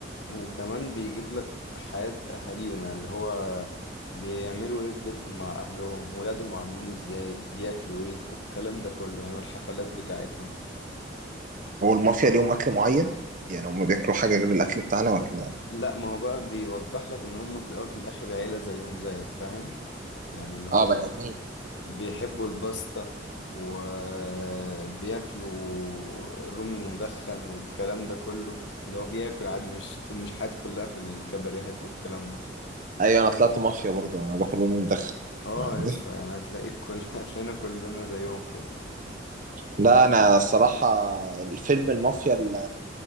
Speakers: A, on the left; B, on the right.
A: وكمان بيجيب لك حياة أهاليهم يعني اللي هو بيعملوا إيه في بيتهم مع أهلهم ولادهم عاملين إزاي بياكلوا إيه والكلام ده كله يعني والحفلات بتاعتهم
B: هو المافيا ليهم اكل معين يعني هم بياكلوا حاجه غير الاكل بتاعنا ولا
A: لا ما هو بقى بيوضح لك إن هم في الأول وفي الآخر عيلة زيهم زيك فاهم يعني اللي هو
B: اه بني ادمين
A: بيحبوا الباستا وبياكلوا رومي مدخن والكلام ده كله اللي هو بياكل عادي مش مش حياته كلها في الكباريهات والكلام ده
B: ايوه انا طلعت مافيا برضه انا باكل امي مدخن
A: اه
B: عندي
A: لسه يعني هتلاقيك كل <laughs> هتلاقينا كلنا زيهم كده
B: لا انا الصراحه الفيلم المافيا اللي